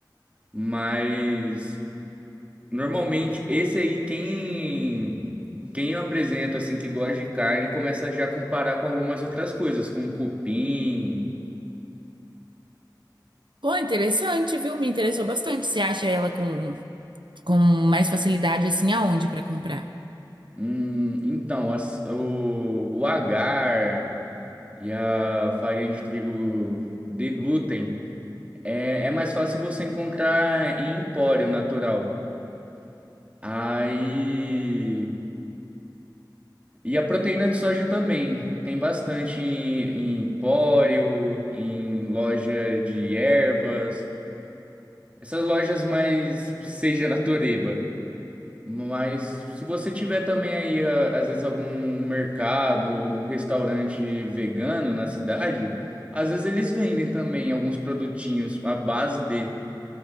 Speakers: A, on the right; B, on the right.
A: Mas. Normalmente, esse aí, quem, quem eu apresento, assim, que gosta de carne, começa já a comparar com algumas outras coisas, com cupim.
B: Pô, interessante, viu? Me interessou bastante. Você acha ela com, com mais facilidade assim aonde pra comprar?
A: Hum, então, as- o, o agar e a farinha de trigo de glúten é, é mais fácil você encontrar em empório natural. Aí. E a proteína de soja também. Tem bastante em, em empório, em loja de ervas. Essas lojas mais seja na Toreba. Mas se você tiver também aí, a- às vezes, algum mercado ou um restaurante vegano na cidade, às vezes eles vendem também alguns produtinhos à base de.